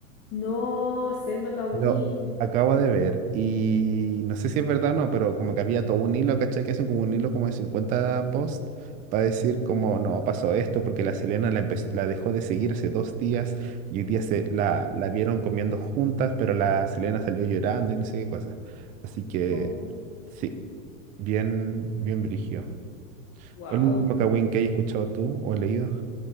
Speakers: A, on the left; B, on the right.
A: No, Sendo Kawin.
B: Lo acabo de ver y no sé si es verdad o no, pero como que había todo un hilo, ¿cachai? Que hacen como un hilo como de 50 posts para decir como no pasó esto porque la Selena la, empe- la dejó de seguir hace dos días y hoy día se la, la vieron comiendo juntas, pero la Selena salió llorando y no sé qué cosa. Así que
A: Oh,
B: sí, bien, bien brígido.
A: wow.
B: ¿Cuál es el último Kawin que hayas escuchado tú o leído?